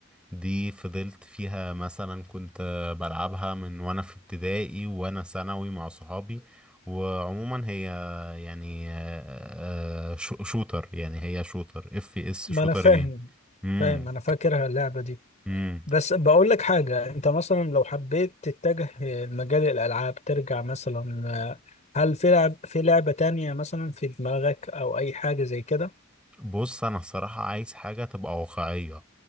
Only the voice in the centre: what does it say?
دي فضلت فيها مثلا كنت بلعبها من وانا في ابتدائي وانا ثانوي مع صحابي وعموما هي يعني آه، آه، شو- شوتر يعني هي شوتر اف اس
شوتر
جيم امم
كانت
بص انا الصراحة عايز حاجة تبقى واقعية